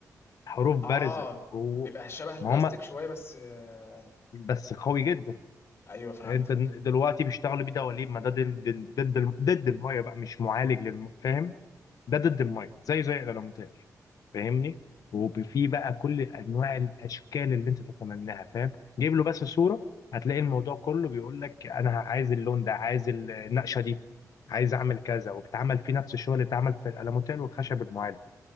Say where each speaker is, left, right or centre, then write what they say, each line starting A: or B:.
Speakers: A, on the left; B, on the left.
A: حروف بارزه
B: اه
A: جوه
B: بيبقى شبه البلاستيك
A: ما هم
B: شويه بس آه
A: بس قوي جدا
B: ايوه فهمتك
A: انت دلوقتي بيشتغلوا بيه دواليب ما ده دل- دل- ضد الم- ضد الميه بقى مش معالج للم... فاهم ده ضد الميه زي زي الالوميتاج فاهمني وفي بقى كل انواع الاشكال اللي انت تتمناها فاهم جيب له بس صوره هتلاقي الموضوع كله بيقول لك انا عايز اللون ده عايز النقشه دي عايز اعمل كذا وبتعمل فيه نفس الشغل اللي اتعمل في الالوميتال والخشب المعالج